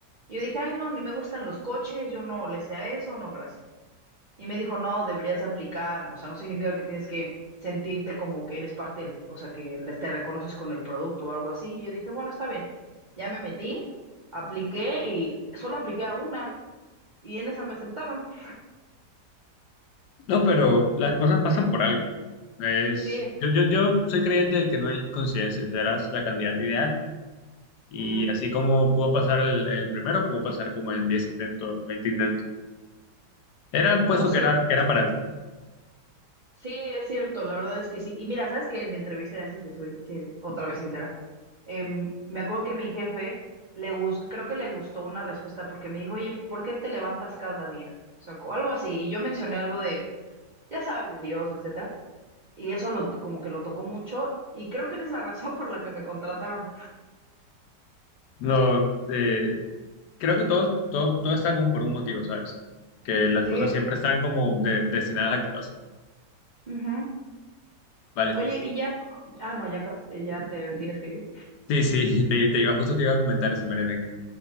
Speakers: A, on the right; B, on the left.
A: Y yo dije, ay, no, ni me gustan los coches, yo no le sé a eso, no, gracias. Y me dijo, no, deberías de aplicar, o sea, no significa que tienes que sentirte como que eres parte, del- o sea, que le- te reconoces con el producto o algo así. Y yo dije, bueno, está bien. Ya me metí, apliqué y solo apliqué a una y en esa me aceptaron. <laughs>
B: No, pero las cosas pasan por algo. Es,
A: Sí, es cierto.
B: yo, yo, yo soy creyente de que no hay coincidencias, serás la candidata ideal. Y
A: Ujú.
B: así como pudo pasar el, el primero, pudo pasar como en 10 intentos, 20 intentos. Era un puesto
A: No, sí,
B: que era, que era para ti.
A: sí, es cierto, la verdad es que sí. Y mira, ¿sabes qué? En mi entrevista, ya sí te soy sí, otra vez sincera, em, me acuerdo que mi jefe, le gus- creo que le gustó una respuesta porque me dijo, oye, ¿por qué te levantas cada día? O sea, o algo así. Y yo mencioné algo de, ya sabes, de Dios, etcétera. Y eso lo, como que lo tocó mucho y creo que esa es la razón <laughs> por la que me contrataron.
B: No, eh, creo que todo, todo, todo está como por un motivo, ¿sabes? Que las
A: Sí,
B: cosas
A: es
B: siempre
A: cierto.
B: están como de- destinadas a que pasen.
A: Ujú.
B: Vale.
A: Oye, y ya no, ah, no, ya, ca- eh, ya te tienes que ir.
B: Sí, sí, <laughs> te, te iba, justo te iba a comentar eso, Mariana, que,